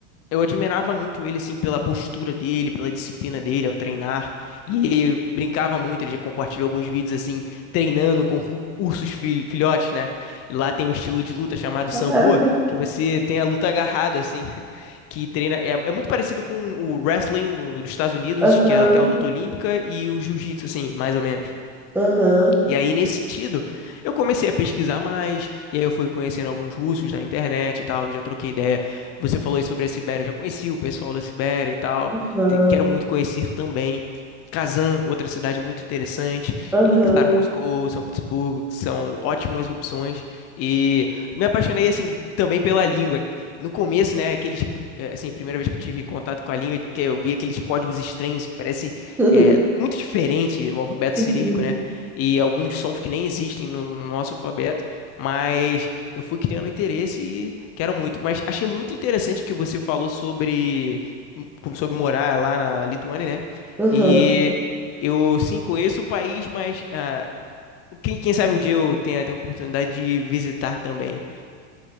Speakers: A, on the left; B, in the centre.
A: eu admirava muito ele, assim, pela postura dele, pela disciplina dele ao treinar. E ele brincava muito, ele já compartilhou alguns vídeos, assim, treinando com ru- ursos fil- filhotes, né? E lá tem um estilo de luta chamado
B: Caraca.
A: Sambo, que você tem a luta agarrada, assim, <laughs> que treina. É, é muito parecido com o wrestling no, no- dos Estados Unidos,
B: Aham,
A: que é aquela luta olímpica, e o jiu-jitsu, assim, mais ou menos.
B: aham,
A: E aí, nesse sentido, eu comecei a pesquisar mais, e aí eu fui conhecendo alguns russos na internet e tal, já troquei ideia. Você falou aí sobre a Sibéria, eu já conheci o pessoal da Sibéria e tal,
B: aham,
A: te- quero muito conhecer também. Kazan, outra cidade muito interessante,
B: aham.
A: e claro, Moscou, São Petersburgo, que são ótimas opções. E me apaixonei, assim, também pela língua. No começo, né, aqueles, eh, assim, a primeira vez que eu tive contato com a língua, que eu vi aqueles códigos estranhos, que parece,
B: <laughs>
A: eh, muito diferente o alfabeto
B: Sim,
A: cirílico, né? e alguns sons que nem existem no no nosso alfabeto, mas eu fui criando interesse e quero muito. Mas achei muito interessante que você falou sobre sobre morar lá na Lituânia, né?
B: aham.
A: E eu sim conheço o país, mas ah, quem, quem sabe um dia eu tenha, tenha a oportunidade de visitar também.